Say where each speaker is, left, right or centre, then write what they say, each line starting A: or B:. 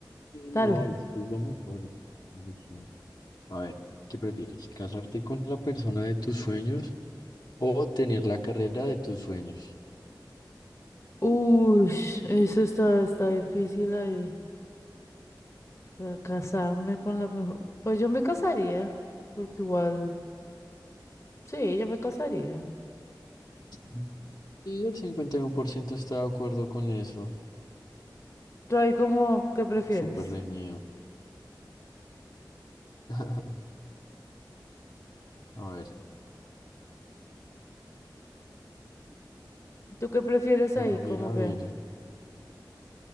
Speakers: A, on the left; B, on the left.
A: No,
B: Dale.
A: es que es lo mejor. es una opción. A ver, ¿qué prefieres? ¿Casarte con la persona de tus sueños o tener la carrera de tus sueños?
B: Uy, eso está, está difícil ahí. Para casarme con la mejor. Pues yo me casaría, porque igual. Sí, yo me casaría.
A: Mm. Y el 51% está de acuerdo con eso.
B: ¿Tú ahí como qué prefieres?
A: Súper reñido. <laughs> A ver,
B: ¿Tú qué prefieres ahí?
A: a ver,
B: Como
A: a
B: que,
A: ver.